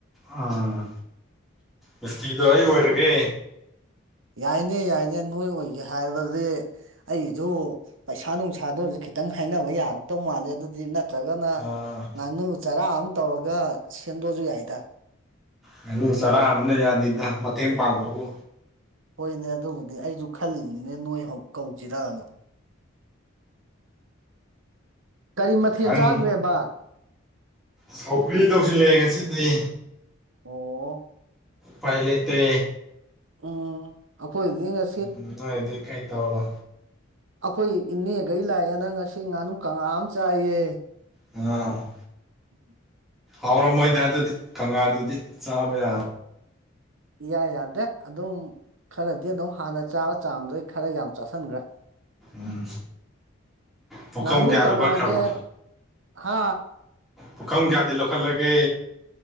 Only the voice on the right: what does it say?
ꯌꯥꯏꯅꯦ ꯌꯥꯏꯅꯦ ꯅꯣꯏ ꯑꯣꯏꯒꯦ ꯍꯥꯏꯕꯗꯤ ꯑꯩꯒꯤꯗꯣ ꯄꯩꯁꯥ ꯅꯨꯡꯁꯥꯗꯣ ꯑꯣꯏꯔꯁꯨ ꯈꯤꯇꯪ ꯍꯥꯏꯅꯕ ꯌꯥꯔꯛꯇꯧ ꯃꯥꯜꯂꯦ ꯑꯗꯨ ꯅꯠꯇ꯭ꯔꯒꯅ
ꯉꯥꯅꯨ ꯆꯔꯥ ꯑꯃ ꯇꯧꯔꯒ ꯁꯦꯝꯗꯣꯛꯁꯨ ꯌꯥꯏꯗ
ꯍꯣꯏꯅꯦ ꯑꯗꯨꯕꯨꯗꯤ ꯑꯩꯁꯨ ꯈꯜꯂꯤꯅꯤꯅꯦ ꯅꯣꯏ ꯍꯧ ꯀꯧꯁꯤꯔꯅ ꯀꯔꯤ ꯃꯊꯦꯜ
ꯆꯥꯈ꯭ꯔꯦꯕ
ꯑꯣ
ꯎꯝ ꯑꯩꯈꯣꯏꯗꯤ ꯉ
ꯑꯩꯈꯣꯏ ꯏꯅꯦꯒꯩ ꯂꯥꯛꯑꯦꯅ ꯉꯁꯤ ꯉꯥꯅꯨ ꯀꯥꯡꯉꯥ ꯑꯃ ꯆꯥꯏꯌꯦ
ꯎꯝ
ꯎꯝ, ꯏꯌꯥ ꯌꯥꯗꯦ ꯑꯗꯨꯝ ꯈꯔꯗꯤ ꯑꯗꯨꯝ ꯍꯥꯟꯅ ꯆꯥꯕ ꯆꯥꯡꯗꯩ ꯈꯔ ꯌꯥꯝ ꯆꯥꯁꯤꯟꯈ꯭ꯔꯦ
ꯉꯥꯅꯨ
ꯀꯪꯉꯥꯁꯦ
ꯍꯥ